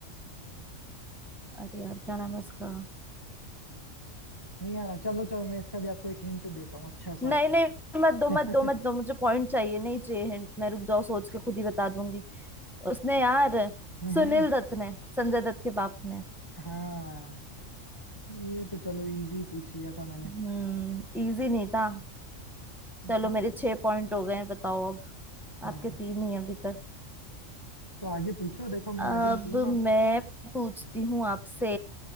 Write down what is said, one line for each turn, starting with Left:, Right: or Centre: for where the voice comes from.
Centre: अरे यार क्या नाम है उसका
Left: नहीं आ रहा चलो चलो मैं इसका भी आपको एक हिंट देता हूँ अच्छा
Centre: नहीं
Left: सा
Centre: नहीं मत दो
Left: <laughs>
Centre: मत दो मत दो मुझे पॉइंट चाहिए नहीं चाहिए हिंट मैं रुक जाओ सोच के खुद ही बता दूंगी उसने यार
Left: हम्म
Centre: सुनील दत्त ने संजय दत्त के बाप ने
Left: हाँ ये तो चलो इजी पूछ लिया था मैंने
Centre: हम्म इजी नहीं था चलो
Left: था
Centre: मेरे
Left: तो
Centre: छह पॉइंट हो गए हैं बताओ अब
Left: हाँ
Centre: आपके तीन ही हैं अभी तक
Left: तो आगे पूछो देखो मैं
Centre: अब
Left: आगे निकलूंगा अब
Centre: मैं पूछती हूँ आपसे